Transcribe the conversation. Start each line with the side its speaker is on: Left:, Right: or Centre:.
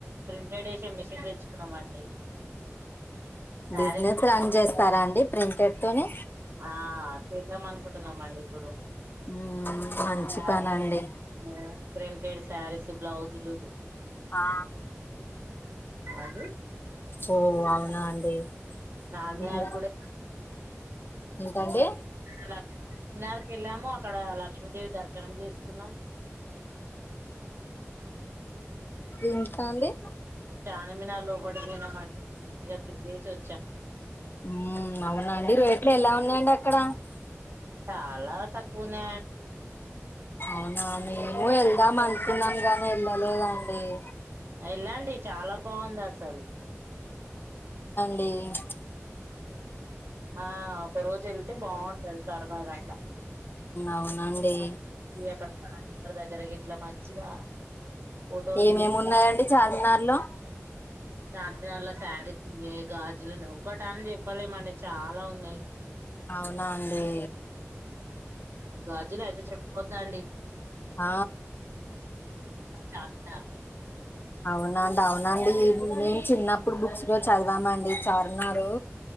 Right: ప్రింటెడ్ వేసే మిషన్ తెచ్చుకున్నామండి శారీస్
Left: బిజినెస్ రన్ చేస్తారాడి ప్రింటెడ్ తోనీ
Right: ఆ చేద్దాం అనుకుంటున్నాం అండి ఇప్పుడు
Left: ఉమ్
Right: <unintelligible>
Left: మంచి పని అండి
Right: ఒకేడ్ శారీస్ బ్లౌజులు
Left: ఆ
Right: అండి
Left: ఓ అవునా అండి
Right: చార్మినార్
Left: ఇను
Right: కూడా
Left: ఎంతండి
Right: అలా నాలుకె వెళ్ళాము అక్కడ లక్ష్మీదేవి దర్శనం చేసి కున్నాం
Left: ఇంకా అండి
Right: చారుమినారు లోపడి పోయినాం అండి ఇగ తినేసి వ
Left: ఉ అవునండి రెట్లు ఎలా ఉన్నాయండి అ అక్కడ
Right: చాలా తక్కువ ఉన్నయండి
Left: అవునా మేము వెళ్దాం అనుకున్నాం గాని వెళ్ళలేదని ఎ
Right: ఎల్లండి చాలా బాగుంది అసలు
Left: డి
Right: ఆ ఒక రోజు వెళ్తే బావుంటది సరదాగ అట్ల
Left: అవునండి
Right: ఈ అక్కడ పార్క్ దగ్గర గి ఇట్లా మంచిగా ఫోటోలు
Left: ఏమేమి
Right: దిగి
Left: ఉన్నాయండి చార్మినార్ లో
Right: చార్మినార్ లో శారీస్ ఉన్నాయి గాజులున్నాయి ఒక్కట అని చెప్పలేమండి చాలా ఉన్నాయి
Left: అవునా అండి
Right: గాజులు అయితే చేప్ వద్దండి
Left: హ
Right: చార్మినార్
Left: అవునండి అవునండి ఇపుడు మీ చిన్నప్పుడు బుక్స్ లో చదివామండి చార్మినారు